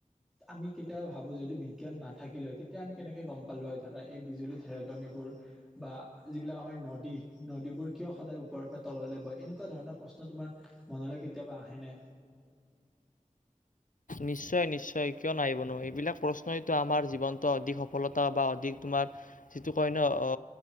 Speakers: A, in the centre; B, on the left (about 85°).
A: আমি কেতিয়াবা ভাবোঁ যদি বিজ্ঞান নাথাকিল হয় তেতিয়া আমি কেনেকে গম পালোঁ হয় ধৰা এই বিজুলী ধেৰেকনিবোৰ বা যিবিলাক আমাৰ নদী নদীবোৰ কিয় সদায় ওপৰৰ পৰা তললৈ বয় এনেকুৱা এনেকুৱা ধৰণৰ প্ৰশ্ন তোমাৰ মনলৈ কেতিয়াবা আহেনে।
B: নিশ্চয় নিশ্চয় কিয় নাহিব নো এইবিলাক প্ৰশ্নয়েতো আমাৰ জীৱনত অধিক সফলতা বা অধিক তোমাৰ। যিটো কয় ন অ